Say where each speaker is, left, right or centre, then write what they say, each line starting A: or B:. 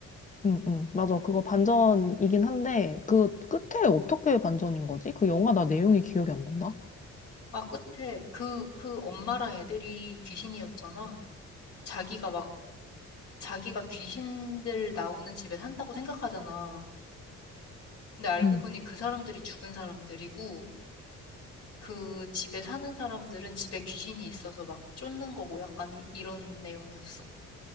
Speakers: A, on the left; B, on the left.
A: 응, 응. 맞아. 그거 반전이긴 한데, 그 끝에 어떻게 반전인 거지? 그 영화 나 내용이 기억이 안 난다.
B: 아, 끝에 그, 그 엄마랑 애들이 귀신이었잖아. 자기가 막 자기가 귀신들 나오는 집에 산다고 생각하잖아. 근데 알고
A: 응.
B: 보니 그 사람들이 죽은 사람들이고 그 집에 사는 사람들은 집에 귀신이 있어서 막 쫓는 거고 약간 이, 이런 내용이었어.